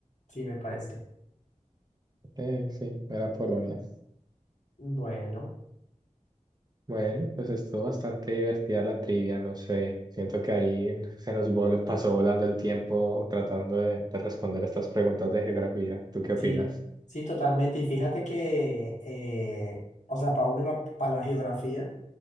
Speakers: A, on the left; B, on the right.
A: sí, me parece.
B: Eh, sí, era Polonia.
A: Bueno.
B: Bueno, pues estuvo bastante divertida la trivia, no sé, siento que ahí se nos vol- pasó volando el tiempo tratando de de responder estas preguntas de geografía. ¿Tú qué opinas?
A: Sí, sí, totalmente. Y fíjate que, eh, o sea, para uno, la, para la geografía, o